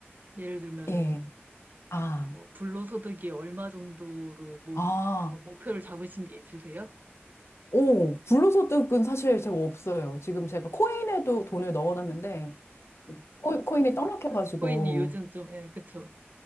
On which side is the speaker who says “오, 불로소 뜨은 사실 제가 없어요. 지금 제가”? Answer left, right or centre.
Left